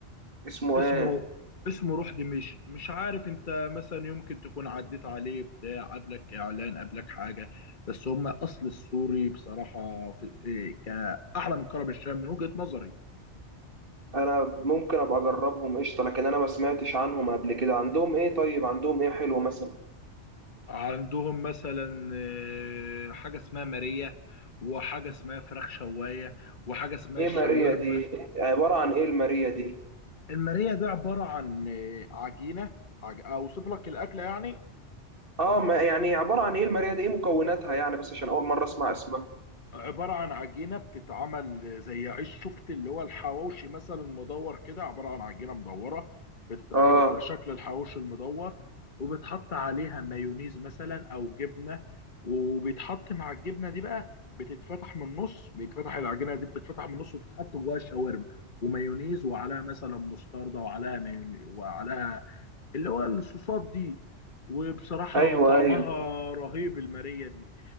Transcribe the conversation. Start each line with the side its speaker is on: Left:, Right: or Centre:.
Right: اسمه
Left: اسمه
Right: ايه
Left: اسمه روح دمشق مش عارف انت مثلا يمكن تكون عديت عليه بتاع قبلك اعلان قبلك حاجه بس هم اصل السوري بصراحه في إيه كاعلى من كرم الشام من وجهه نظري
Right: انا ممكن ابقى اجربهم قشطه لكن انا ما سمعتش عنهم قبل كده عندهم ايه طيب عندهم ايه حلو مثلا
Left: عندهم مثلا آه، حاجه اسمها ماريا وحاجه اسمها فراخ شوايه وحاجه اسمها
Right: ايه
Left: الشاورما
Right: ماريا دي عباره عن ايه الماريا دي
Left: الماريا ده عباره عن آه، عجينه عج... اوصف لك الاكله يعني
Right: اه ما يعني عباره عن ايه الماريا دي ايه مكوناتها يعني بس عشان اول مره اسمع اسمها
Left: عبارة عن عجينة بتتعمل زي عيش شفت اللي هو الحواوشي مثلا مدور كده عبارة عن عجينة مدورة بتتعمل
Right: اه
Left: على شكل الحواوشي المدور وبتحط عليها مايونيز مثلا أو جبنة وبيتحط مع الجبنة دي بقى بتتفتح من النص بيتفتح العجينة دي بتتفتح من النص وتتحط جواها شاورما ومايونيز وعليها مثلا مستردة وعليها مايونيز وعليها اللي هو الصوصات دي وبصراحة
Right: ايوه
Left: طعمها
Right: ايوه
Left: رهيب المارية دي